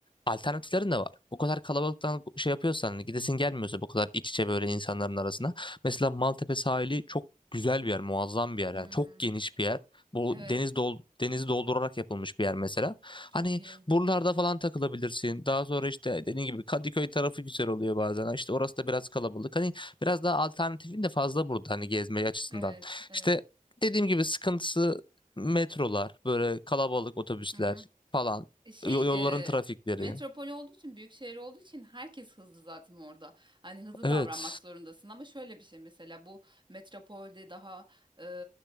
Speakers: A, on the left; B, on the right.
A: alternatiflerin de var. O kadar kalabalıktan şey yapıyorsan hani gidesin gelmiyorsa bu kadar iç içe böyle insanların arasına. Mesela Maltepe sahili çok güzel bir yer, muazzam bir yer
B: Hmm.
A: yani. Çok geniş bir yer. Bu
B: Evet.
A: deniz dol denizi doldurarak yapılmış bir yer mesela.
B: Çok
A: Hani
B: iyi.
A: Buralarda falan takılabilirsin. Daha sonra işte dediğin gibi Kadıköy tarafı güzel oluyor bazen. İşte orası da biraz kalabalık. Hani biraz daha alternatifin de fazla burada hani gezme açısından.
B: Evet. Evet.
A: İşte dediğim gibi sıkıntısı metrolar, böyle kalabalık otobüsler
B: Hı hı.
A: falan,
B: Şey
A: yo- yolların trafikleri.
B: e, metropol olduğu için büyük şehir olduğu için herkes hızlı zaten orada. Hani hızlı
A: Evet.
B: davranmak zorundasın ama şöyle bir şey mesela bu metropolde daha e,